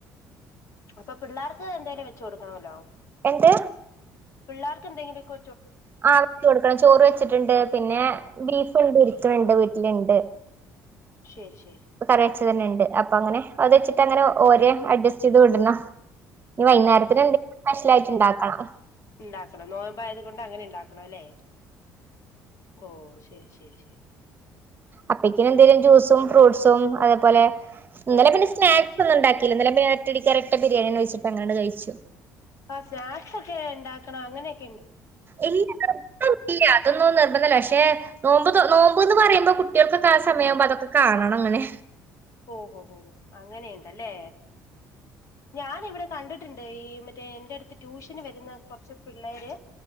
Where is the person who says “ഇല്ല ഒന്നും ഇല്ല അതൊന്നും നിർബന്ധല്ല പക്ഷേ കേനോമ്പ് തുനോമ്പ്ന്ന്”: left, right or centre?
Right